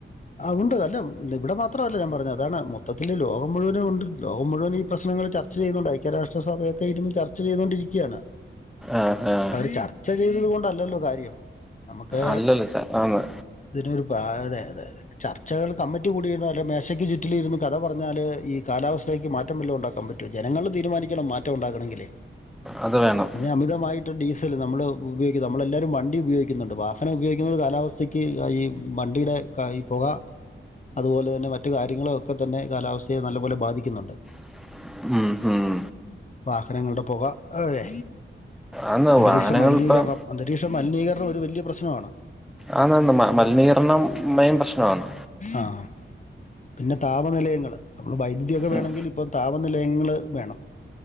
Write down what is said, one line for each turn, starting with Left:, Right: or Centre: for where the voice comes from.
Left: ആഹ് ഉണ്ട്. അല്ല ഇവിടെ മാത്രവല്ല ഞാൻ പറഞ് അതാണ് മൊത്തത്തിൽ ലോകം മുഴുവനും ഉണ്ട് ലോകം മുഴുവനും ഈ പ്രശ്നങ്ങള് ചർ ച്ച ചെയ്യുന്നുണ്ട്. ഐക്യരാഷ്ട്രസഭയൊക്കെ ഇര്ന്ന് ചർച്ച ചെയ്തോണ്ടിരിക്ക്യാണ്.
Centre: ആഹ് ആഹ്
Left: അവര് ചർച്ച ചെയ്തത് കൊണ്ടല്ലല്ലോ കാര്യം. നമക്ക്
Centre: അല്ലല്ല ച ആന്ന്
Left: ഇതിനൊരു പാ അതെ അതെയതെ. ചർച്ചകൾ കമ്മിറ്റി കൂടിയിടോ മേശയ്ക്ക് ചുറ്റിലിര്ന്ന് കഥ പറഞ്ഞാല് ഈ കാലാവസ്ഥയ്ക്ക് മാറ്റം വല്ലോം ഉണ്ടാക്കാംമ്പ റ്റൊ. ജനങ്ങള് തീരുമാനിക്കണം മാറ്റം ഉണ്ടാകണങ്കിലേ.
Centre: അത് വേണം.
Left: പിന്നെ അമിതമായിട്ട് ഡീസല് നമ്മള് ഉപയോഗിക്ക്യ നമ്മളെല്ലാരും വണ്ടി ഉപയോഗിക്ക്ന്ന്ണ്ട്. വാഹനം ഉപയോഗിക്കുന്നത് കാലാവസ് ഉച്ചക്ക് ഈ വണ്ടീടെ കൈ പൊക അതുപോലെ തന്നെ മറ്റു കാര്യങ്ങളെ ഒക്കെ തന്നെ കാലാവസ്ഥയെ നല്ലപോലെ ബാധിക്കുന്നുണ്ട്.
Centre: ഉം ഉം
Left: വാഹനങ്ങൾടെ പൊക അതെ.
Centre: ആന്ന്
Left: അന്തരീക്ഷ
Centre: വാഹനങ്ങൾ
Left: മല്നീകരണം
Centre: ഇപ്പം
Left: അന്തരീക്ഷ മല്നീകരണം ഒരു വെല്യ പ്രശ്നവാണ്.
Centre: ആന്ന് ആന്ന് മല്നീകരണം മെയ്ൻ പ്രശ്നവാണ്.
Left: ആഹ് പിന്നെ താപനിലയങ്ങള്. അപ്പൊ വൈദ്യുതിയൊക്കെ വേണങ്കിൽ
Centre: ഉം
Left: ഇപ്പം താപനിലയങ്ങള് വേണം.